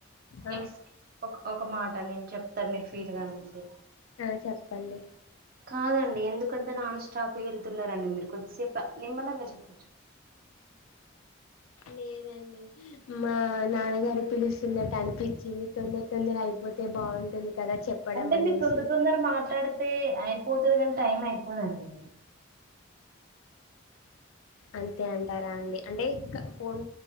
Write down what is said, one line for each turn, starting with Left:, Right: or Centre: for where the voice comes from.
Left: ఆ,
Right: ఎక్స్ ఒక మాట నేను చెప్తా. అంత మీరు ఫీల్ గాను ఉంది
Left: ఆ చెప్పండి
Right: కాదండి. ఎందుకంతా నాన్ స్టాప్ వెళ్తున్నారండి. మీరు కొద్దిసేపు నిమ్మలంగా చెప్
Left: లేదండి. మా నాన్నగారు పిలుస్తున్నట్టు అనిపించింది. తొందర తొందర అయిపోతే బాగుంటుంది. కదా చెప్పడం
Right: అంటే
Left: అనేసి
Right: మీరు తొందర, తొందర మాట్లాడితే అయిపోతుంది. కానీ టైం అయిపోదండి.
Left: అంతే అంటారా అండి. అంటే <unintelligible> ఫోన్